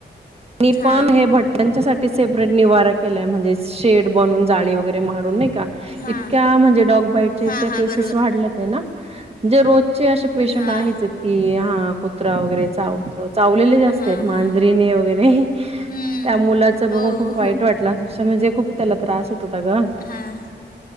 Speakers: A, on the right (about 35°); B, on the left (about 50°).
A: त्यांनी
B: हां
A: पण हे भटक्यांच्यासाठी सेपरेट निवारा, केलाय म्हणजे शेड बनवुन जाळी वगैरे मारून नाही का?
B: हां
A: इतक्या म्हणजे डॉग बाईटच्या
B: हां
A: इतक्या
B: हां
A: केसेस
B: बरोबर
A: वाढल्यात आहे ना, म्हणजे रोजचे असे पेशंट
B: हां
A: आहेतच की हा कुत्रा वगैरे चाव, चावलेले जास्त
B: हां
A: आहेत, मांजरीने
B: हां
A: वगैरे
B: हम्म.
A: त्या मुलाच बघून
B: हो
A: खूप वाईट
B: हो
A: वाटत. म्हटलं अक्षरशः त्याला खुप त्रास होत, होता ग
B: हां